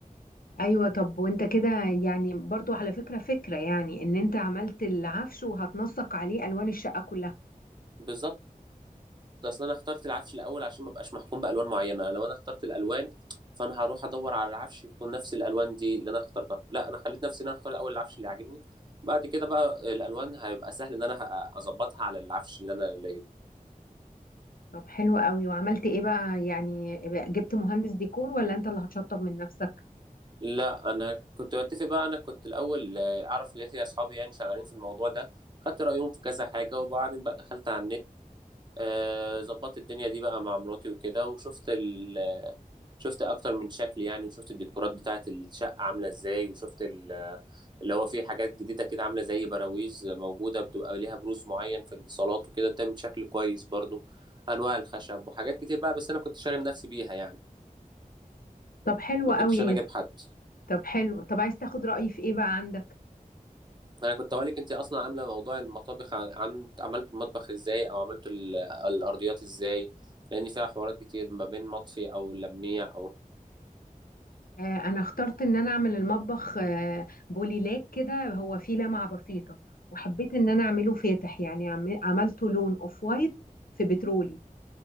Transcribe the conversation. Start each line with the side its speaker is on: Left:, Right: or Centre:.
Left: ايوه طب وانت كده يعني برضو على فكره فكره يعني ان انت عملت العفش وهتنسق عليه الوان الشقه كلها
Right: بالظبط اصل انا اخترت العفش الاول عشان ما ابقاش محكوم بالوان معينه لو انا اخترت الالوان فانا هروح ادور على العفش يكون نفس الالوان دي اللي انا اخترتها لا انا خليت نفسي ان انا اختار الاول العفش اللي عاجبني بعد كده بقى الالوان هيبقى سهل ان انا ه- اظبطها على العفش اللي انا لقيته
Left: طب حلو قوي وعملت ايه بقى يعني جبت مهندس ديكور ولا انت اللي هتشطب من نفسك
Right: لا انا كنت بتفق بقى انا كنت الاول آه، اعرف ليه اصحابي يعني شغالين في الموضوع ده خدت رايهم في كذا حاجه وبعدين بقى دخلت على النت آه، ظبطت الدنيا دي بقى مع مراتي وكده وشفت ال شفت اكتر من شكل يعني وشفت الديكورات بتاعه الشقه عامله ازاي وشفت ال اللي هو فيه حاجات جديده كده عامله زي براويز موجوده بتبقى ليها بروز معين في الصالات وكده بتعمل شكل كويس برضو انواع الخشب وحاجات كتير بقى بس انا كنت شاغل نفسي بيها يعني
Left: طب حلو
Right: ما
Left: قوي
Right: كنتش انا جايب حد
Left: طب حلو طب عايز تاخد رأيي في ايه بقى عندك
Right: انا كنت اقولك انت اصلا عامله موضوع المطابخ عم... عملت المطبخ ازاي او عملت ال... الارضيات ازاي لان فيها حوارات كتير ما بين مطفي او لميع او
Left: آه انا اخترت ان انا اعمل المطبخ آه بوليلاك كده هو فيه لمعة بسيطة وحبيت ان انا اعمله فاتح يعني عم- عملته لون اوف وايت في بترولي